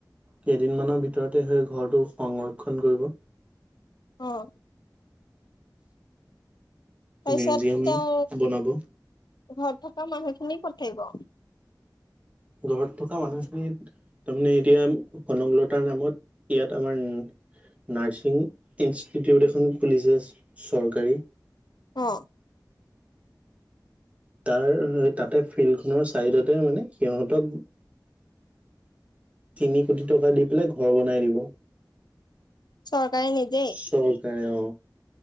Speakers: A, on the right (about 20°); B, on the left (about 65°).
A: কেইদিনমানৰ ভিতৰতে সেই ঘৰটো সংৰক্ষণ কৰিব।
B: অঁ। তাৰপিছত
A: মিউজিয়াম
B: তেওঁ
A: বনাব।
B: ঘৰত থকা মানুহ খিনি কত থাকিব?
A: ঘৰত থকা মানুহখিনি তাৰমানে এতিয়া কনকলতাৰ নামত ইয়াত আমাৰ নাৰ্ছিং ইনষ্টিটিউট এখন খুলিছে চৰকাৰী।
B: অ।
A: তাৰ তাতে ফিল্ড খনৰ চাইডতে মানে সিহঁতক তিনি কোটি টকা দি পেলাই ঘৰ বনাই দিব।
B: চৰকাৰে, নিজেই?
A: চৰকাৰে অ,